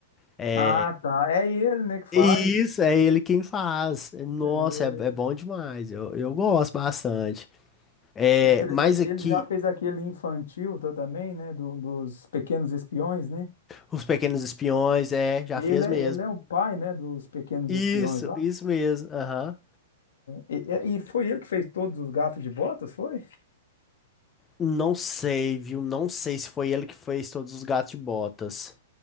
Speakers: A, on the left; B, on the left.
A: É,
B: Ah, tá. É ele, né, que faz.
A: isso, é ele quem faz. Nossa,
B: É,
A: é, é bom demais. Eu, eu gosto bastante. É,
B: é tre-
A: mas
B: é,
A: aqui,
B: ele já fez aquele infantil tá, também, né, do- dos Pequenos Espiões, né?
A: Os Pequenos Espiões, é, já
B: Ele
A: fez
B: é,
A: mesmo.
B: ele é o pai, né, dos Pequenos
A: Isso,
B: Espiões lá.
A: isso mesmo. Aham.
B: É, e, e foi ele que fez todos os Gatos de Botas, foi?
A: Não sei, viu? Não sei se foi ele que fez todos os Gatos de Botas.